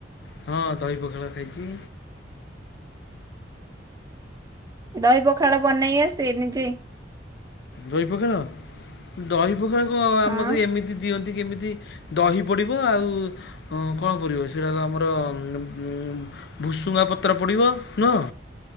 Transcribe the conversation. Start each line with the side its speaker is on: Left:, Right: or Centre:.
Left: ହଁ ଦହି ପଖଳ ଖାଇଛି।
Right: ଦହି ପଖାଳ ବନେଇ ଆସେ ନିଜେ।
Left: ଦହି ପଖାଳ ଦହି ପଖଳ କଁ ଆମତ
Right: ହଁ
Left: ଏମିତି ଦିଅନ୍ତି କେମିତି। ଦହି ପଡ଼ିବ ଆଉ ଅଁ କଣ ପଡ଼ିବ ସେଟାକୁ ଆମର ଉମ୍ ଉମ୍। ଭୁସୁଙ୍ଗା ପତ୍ର ପଡ଼ିବ ନୁହଁ?